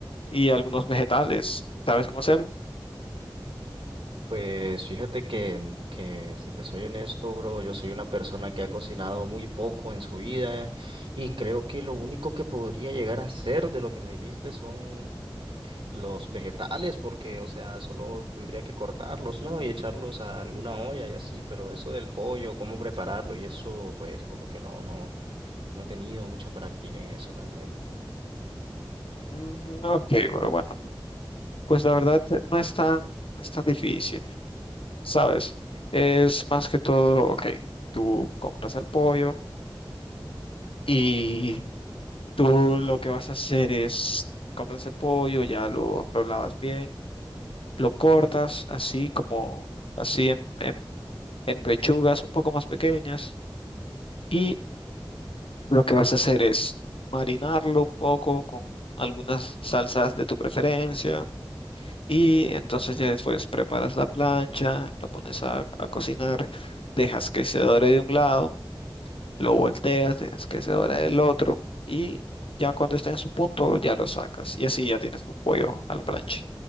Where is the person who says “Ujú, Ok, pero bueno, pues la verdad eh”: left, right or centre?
Left